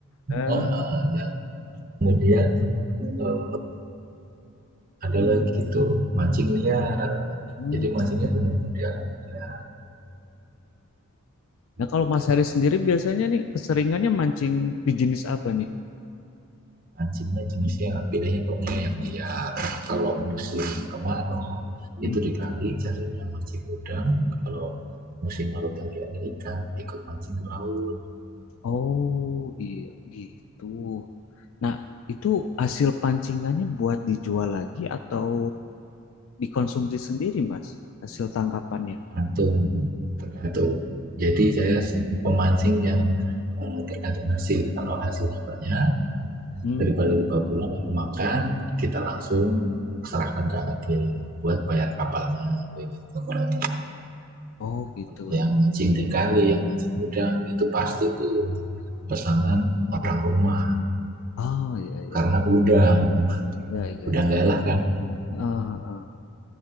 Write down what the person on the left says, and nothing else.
Ah.
Hmm.
Nah, kalau
Mas Haris sendiri biasanya nih keseringannya mancing di jenis apa nih?
Hmm.
Oh, iya gitu. Nah, itu hasil pancingannya buat dijual lagi atau dikonsumsi sendiri, Mas? Hasil tangkapannya.
Oh.
Oh gitu.
Oh ya ya
ya ya.
Ah, ah.